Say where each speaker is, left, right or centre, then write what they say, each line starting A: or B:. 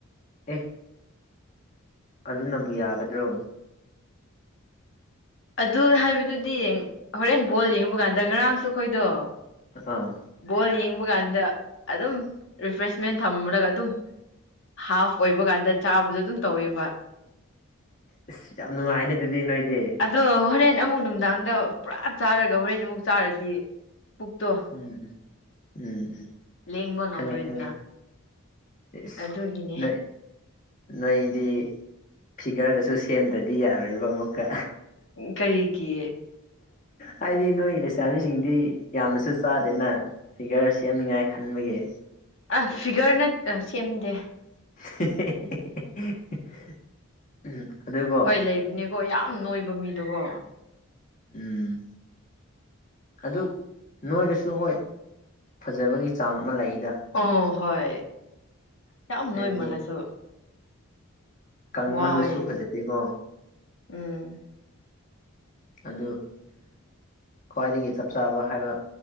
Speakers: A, on the left; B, on the left.
A: ꯑꯦ ꯑꯗꯨꯅꯕꯨ ꯌꯥꯒꯗ꯭ꯔꯣ
B: ꯑꯗꯨ ꯍꯥꯏꯕꯗꯨꯗꯤ ꯍꯣꯔꯦꯟ ꯕꯣꯜ ꯌꯦꯡꯕ ꯀꯥꯟꯗ ꯉꯔꯥꯡꯁꯨ ꯑꯩꯈꯣꯏꯗꯣ
A: ꯑꯥ
B: ꯕꯣꯜ ꯌꯦꯡꯕ ꯀꯥꯟꯗ ꯑꯗꯨꯝ ꯔꯤꯐ꯭ꯔꯦꯁꯃꯦꯟ ꯊꯝꯃꯨꯔꯒ ꯑꯗꯨꯝ ꯍꯥꯐ ꯑꯣꯏꯕ ꯀꯥꯟꯗ ꯆꯥꯕꯗ ꯑꯗꯨꯝ ꯇꯧꯋꯦꯕ
A: ꯑꯁ ꯌꯥꯝ ꯅꯨꯡꯉꯥꯏꯅꯦ ꯑꯗꯨꯗꯤ ꯅꯣꯏꯗꯤ
B: ꯑꯗꯣ ꯍꯣꯔꯦꯟ ꯑꯃꯨꯛ ꯅꯨꯡꯗꯥꯡꯗ ꯄꯨꯔꯥ ꯆꯥꯔꯒ ꯍꯣꯔꯦꯟ ꯑꯃꯨꯛ ꯆꯥꯔꯗꯤ ꯄꯨꯛꯇꯣ
A: ꯎꯝ ꯎꯝ ꯎꯝ ꯎꯝ
B: ꯂꯦꯡꯕ ꯉꯝꯂꯣꯏꯗꯅ
A: ꯈꯪꯉꯦ ꯈꯪꯉꯦ ꯏꯁ
B: ꯑꯗꯨꯒꯤꯅꯦ
A: ꯅꯩ ꯅꯣꯏꯗꯤ ꯐꯤꯒꯔꯒꯁꯨ ꯁꯦꯝꯗꯗꯤ ꯌꯥꯔꯣꯏꯕ ꯑꯃꯨꯛꯀ
B: ꯎꯝ ꯀꯔꯤꯒꯤ
A: ꯍꯥꯏꯗꯤ ꯅꯣꯏ ꯂꯩꯁꯥꯕꯤꯁꯤꯡꯗꯤ ꯌꯥꯝꯅꯁꯨ ꯆꯥꯗꯦꯅ ꯐꯤꯒꯔ ꯁꯦꯝꯅꯤꯡꯉꯥꯏ ꯈꯟꯕꯒꯤ
B: ꯑ ꯐꯤꯒꯔꯅꯠ ꯑ ꯁꯦꯝꯗꯦ
A: <unintelligible> ꯎꯝ ꯑꯗꯨ ꯀꯣ
B: ꯍꯣꯏ ꯂꯩꯕꯅꯦꯀꯣ ꯌꯥꯝ ꯅꯣꯏꯕ ꯃꯤꯗꯨꯀꯣ
A: ꯎꯝ ꯑꯗꯨ ꯅꯣꯏꯔꯁꯨ ꯍꯣꯏ ꯐꯖꯕꯒꯤ ꯆꯥꯡ ꯑꯃ ꯂꯩꯗ
B: ꯑꯣ ꯍꯣꯏ ꯌꯥꯝ ꯅꯣꯏꯃꯜꯂꯁꯨ
A: ꯍꯥꯏꯕꯗꯤ ꯀꯪꯃꯜꯂꯁꯨ
B: ꯋꯥꯏꯌꯦ
A: ꯐꯖꯗꯦꯀꯣ
B: ꯎꯝ
A: ꯑꯗꯨ ꯈ꯭ꯋꯥꯏꯗꯒꯤ ꯆꯞ ꯆꯥꯕ ꯍꯥꯏꯕ